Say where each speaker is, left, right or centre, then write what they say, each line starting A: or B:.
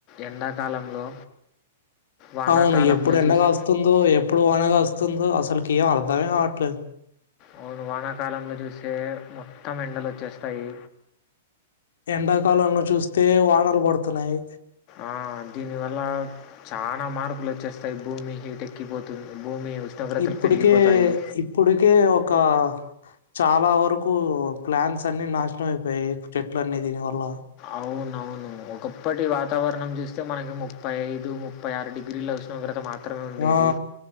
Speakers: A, on the left; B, on the left.
A: ఎండాకాలంలో వానాకాలంలో
B: అవును ఎప్పుడు ఎండ
A: చూస్
B: గాస్తుందో ఎప్పుడు వన గాస్తుందో అసలుకి ఏం అర్ధమే కావట్లేదు
A: అవును వానాకాలంలో చూసే మొత్తం ఎండలు వచ్చేస్తాయి
B: ఎండాకాలంలో చూస్తే వానలు పడుతున్నాయి
A: ఆ దీనివల్ల చానా మార్పులు వచ్చేస్తాయి భూమి హీటెక్కిపోతుంది భూమి ఉష్ణోగ్రతలు
B: ఇప్పుటికే
A: పెరిగిపోతాయి
B: ఇప్పుటికే ఒక చాలా వరకు ప్లాంట్స్ అన్ని నాశనం అయిపోయయి చెట్లు అన్ని దీని వల్ల
A: అవునవును ఒకప్పటి వాతావరణం చూస్తే మనకి ముప్పై ఐదు ముప్పై ఆరు డిగ్రీలు ఉష్ణోగ్రత మాత్ర మాత్రమే ఉండేది
B: ఆ